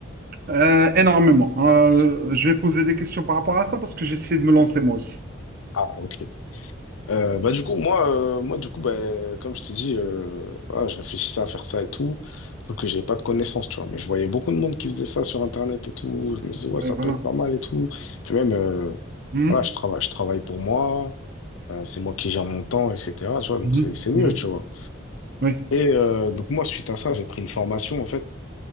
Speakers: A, on the right (about 45°); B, on the left (about 80°).
A: Euh, énormément. Euh, je vais poser des questions par rapport à ça parce que j'essaie de me lancer moi aussi.
B: Ah, ok. Euh, bah du coup moi euh, moi du coup bah, comme je t'ai dit euh, ah, je réfléchissais à faire ça et tout sauf que j'avais pas de connaissances tu vois mais je voyais beaucoup de monde
A: Mhm.
B: qui faisait ça sur internet et tout je me disais ouais
A: Oui,
B: ça
A: voilà.
B: peut être pas mal et tout puis même euh,
A: Mhm.
B: voilà je travaille je travaille pour moi euh, c'est moi qui gère mon temps etc tu vois donc
A: Mhm.
B: c'est c'est mieux
A: Mhm.
B: tu vois
A: Oui,
B: et euh, donc moi suite à ça j'ai pris une formation en fait